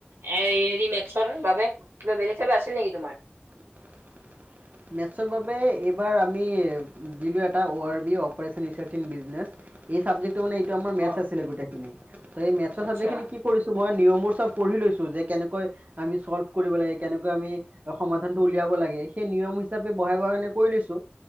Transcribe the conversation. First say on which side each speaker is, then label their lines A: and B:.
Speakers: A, on the right; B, on the right.
A: হেৰি মেথছৰ বাবে কিবা বেলেগ চাবজে আছিল নেকি তোমাৰ
B: <unintelligible> মেথছৰ বাবে এইবাৰ আমি দিলোঁ এটা O R B operation research in business এই চাবজেক তো মানে এইটো আমাৰ মেথছ
A: অ
B: আছিলে গোটেইখিনি ত এই মেথছৰ
A: আচ্ছা
B: চাবজেক খিনি কি কৰিছো মই নিয়ম বোৰ চব পৰহি লইছো যে কেনেকৈ আমি সলভ কৰিব লাগে কেনেকৈ আমি সমাধানটো উলিয়াব লাগে সেই নিয়ম হিচাপে বহাই বহাই আনি কৰি লৈছোঁ